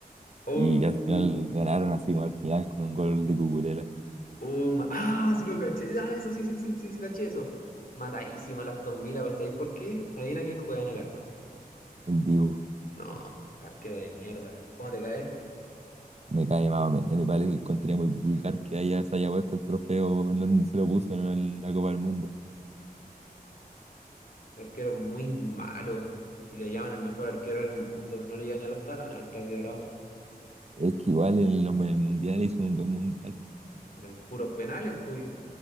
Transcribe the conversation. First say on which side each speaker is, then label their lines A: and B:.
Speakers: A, on the left (about 60°); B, on the right (about 40°).
A: Oh,
B: Y al final
A: uh,
B: ganaron así como al final con un gol de Cucurella.
A: oh, ma- ah, sí lo caché. Ah, eso sí, sí, sí, sí, sí, caché eso. Matadísima las Aston Villa, pero está ahí. ¿Por qué? Adivina quién juega en el arco.
B: El Dibu
A: No, qué arquero de mierda. ¿Cómo te cae?
B: me cae más o menos, me parece un contenido muy vulgar que haya, se haya puesto el trofeo en donde se lo puso ¿no? en la Copa del Mundo.
A: El arquero es muy malo. Y le llaman el mejor arquero del mundo. No le llegan ni a los talones al Claudio Bravo.
B: Es que igual en el, en el Mundial hizo un buen Mundial,
A: De puros penales, pues.